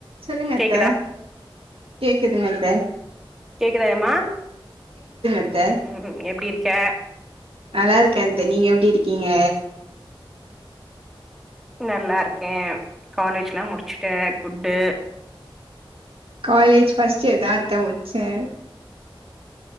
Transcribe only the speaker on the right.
சொல்லுங்கத்த
கேக் க்குதுங்கத்த
அத்த
நல்லா இருக்கே அத்த நீங்க எப்டி இருக்கீங்க
காலேஜ் பஃபர்ஸ்ட் இயர் தான் அத்த முடிச்சேன்